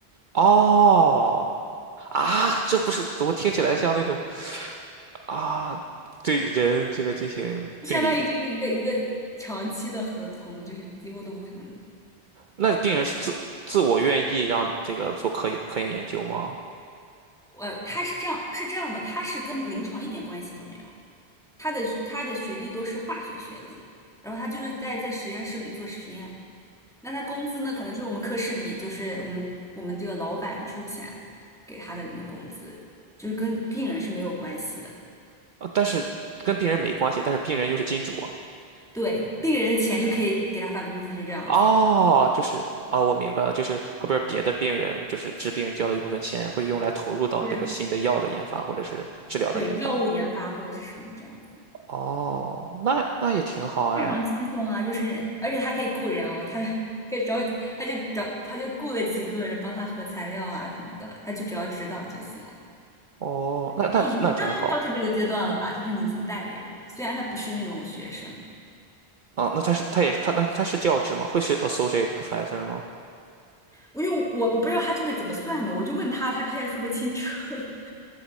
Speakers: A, on the right (about 55°); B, in the centre.
A: 哦，啊，这不是怎么听起来像那种啊，对人这个进行病理？
B: <laughs> 相当于就是一个一个长期的合同就是几乎都不可能。
A: 那病人是自自我愿意让这个做科研科研研究吗？
B: 对吧，我他是这样是这样的，他是跟临床一点关系都没有，他的他的学历都是化学学历，然后他就是在在实验室里做实验。那他工资呢，可能就是我们科室里，就是我们我们这个老板出钱给他的那个工资，就是跟病人是没有关系的。
A: 呃但是跟病人没关系，但是病人又是金主啊。
B: 对，病人的钱就可以给他发工资，就这样子。
A: 哦，就是啊，我明白了，就是后边别的病人就是治病交了一部分钱，会用来投入到这个新的药的研发或者是治疗的研发。
B: 对啊，对，药物研发或者是什么这样子，
A: 哦，那那也挺好哎。
B: 非常轻松啊。就是而且他可以雇人哦，他可以找，他就找，他就雇了几个人帮他核材料啊什么的，他就只要指导就行了。
A: 哦，那那那真好
B: 他已经是相当于教授这个阶段了吧，就是你已经带人了，虽然他不是那种学生。
A: 啊！那他是他也他那他是教职吗？会是 associate professor 吗？
B: 因为我我不知道他这边怎么算的，我就问他，他他也说不清楚。<laughs>